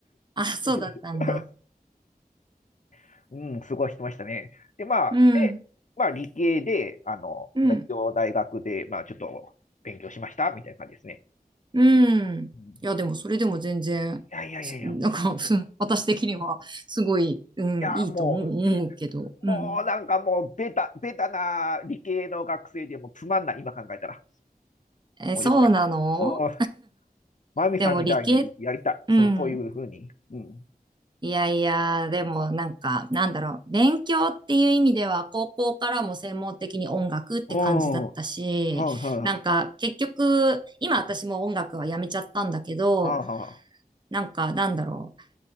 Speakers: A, on the right (about 30°); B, on the left (about 55°).
A: あ、そうだったんだ。
B: 持ちました。<laughs> うん、過ごしてましたね。で、まあ、
A: うん、
B: で、まあ、理系で、あの、
A: うん、
B: まあ、一応大学で、まあ、ちょっと勉強しました、みたいな感じですね。
A: うん。
B: うん、い
A: いや、でもそれでも全然、
B: やいやいやいや、
A: すなんか、
B: い
A: <laughs> 私的にはすごい、うん、
B: や、
A: いいと思う思うけど、
B: ももうなんかもうベタ、
A: うん。
B: ベタな理系の学生でもうつまんない、今考えたら。
A: え、
B: もうよくない。
A: そうなの
B: もう、マミさんみたいにやりたい。
A: でも理系、うん。
B: そう、そういうふうに。うん。
A: いやいや、でもなんか、なんだろう、勉強っていう意味では、高校からも専門的に音楽って感じだったし、
B: おー、はいはい。
A: なんか結局、今私も音楽はやめちゃったんだけど、
B: うんああ、
A: なんかなんだろ